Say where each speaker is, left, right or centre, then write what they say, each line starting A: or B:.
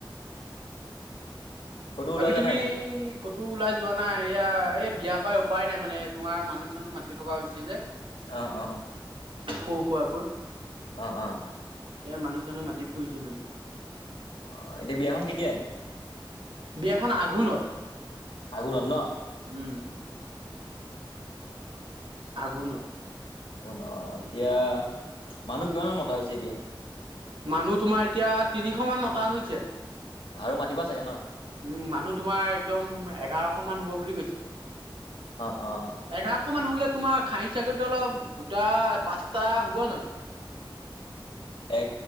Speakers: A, on the left (about 85°); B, on the right (about 75°).
A: ক'তো ওলাই
B: বাকি
A: যোৱা
B: তুমি।
A: নাই এতিয়া?
B: ক'তো ওলাই যোৱা নাই। এয়া এই বিয়া পাই উপায় নাই মানে তোমাৰ মানুহ চানুহ মাতি থকা হৈছে যে।
A: আহ অ'।
B: খৌ খোৱাকৈ
A: অ' অ'
B: এ মানুহ চানুহ মাতি ফুৰিছো মানে।
A: অ' এতিয়া বিয়াখন কেতিয়া এনেই।
B: বিয়াখন আঘোণত।
A: আগুনত ন।
B: উম উম। আগোনত।
A: আকৌ ন এতিয়া মানুহ কিমান মান মতা হৈছে এতিয়া।
B: মানুহ তোমাৰ এতিয়া তিনিশ মান মতা হৈছে।
A: আৰু মাতিবা চাগে ন।
B: উম মানুহ তোমাৰ একদম এঘাৰশ মান হ'ব বুলি কৈছে।
A: অ', অ',
B: এঘাৰশ মান হ'লে তোমাৰ। খাহী ছাগলীটো অলপ দুটা পাঁচটা হ'ব জানো।
A: এ